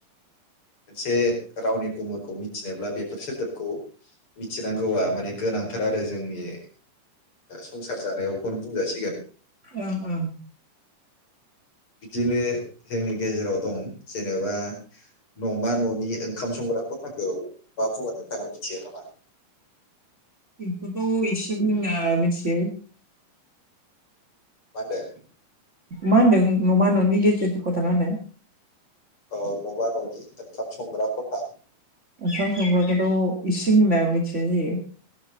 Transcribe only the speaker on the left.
मोनसे रावनि गुमुरखौ मिथिनोब्ला बेफोर सोदोबखौ मिथिनांगौआ माने गोनां थार आरो जोंनि ओ संसार जानायावखौनो बुंजासिगोन।
बिदिनो जोंनि गेजेराव दं जेनेबा न'मा न'नि ओंखाम संग्रा ख'थाखौ मा बुङो नोंथाङा मिथियो नामा?
मा होनदों?
औ न'मा न'नि ओंखाम संग्रा ख'था।